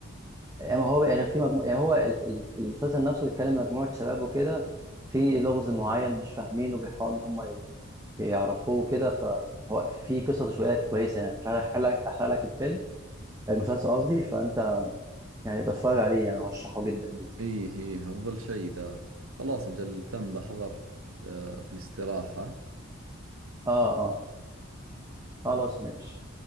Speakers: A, on the right; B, on the right.
A: يعني هو يعني في مجموعة يعني هو ال- ال- المسلسل نفسه بيتكلم مجموعة شباب وكده في لغز معين مش فاهمينه وبيحاولوا ان هم يعرفوه كده فهو في قصة تشويقية كويسة يعني مش عارف أحرق لك أحرق لك الفيلم المسلسل قصدي فأنت يعني بتفرج عليه يعني أرشحه جدا ليك
B: إي هي أفضل شيء ذا خلاص أجل تم بحضر آه، في الاستراحة
A: آه آه خلاص ماشي